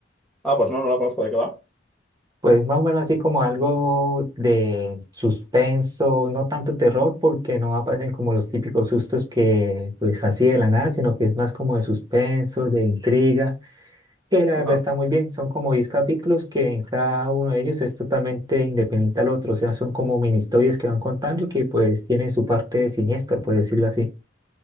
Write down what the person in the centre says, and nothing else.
Ah, pues no, no la conozco. ¿De qué va?
Ajá.